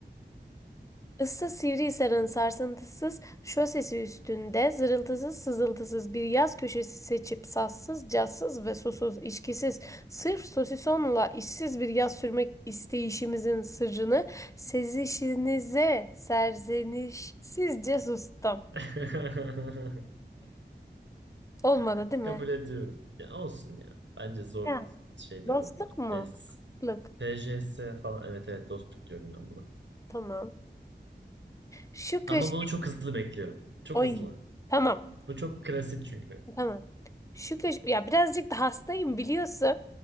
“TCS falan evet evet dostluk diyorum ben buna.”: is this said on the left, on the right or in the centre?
Right